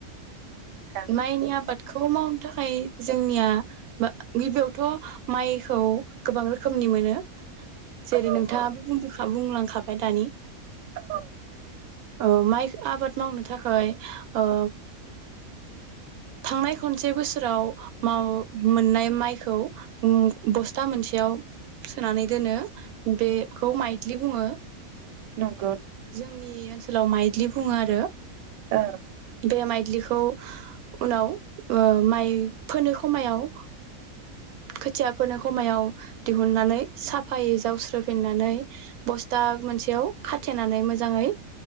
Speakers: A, on the right (about 65°); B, on the right (about 85°).
A: नोंथां
B: माइनि आबा खौ मावनो थाखाय जोंनियाा गिबियावथ' माइखौ गोबां रोखोमनि मोनो जेरै
A: औ
B: नोंथाङाबो
A: औ
B: बुंबोखाबो बुंलांखाबाय दानि
A: औ
B: औ माइ आबाद मावनो थाखाय ओ थांनाय खनसे बोसोराव मोननाय माइखौ उम बस्था मोनसेयाव सोनानै दोनो बेखौ माइथलि बुङो
A: न
B: जोंनि ओ सोलाव माइद्लि बुङो आरो
A: औ
B: बे माइदिलिखौ उनाव ओ माइ फोनो समायाव खोथियाफोरनो खमायाव दिहुननानै साफायै जावस्रोफिननानै बस्था मोनसेयाव खाथेनानै मोजाङै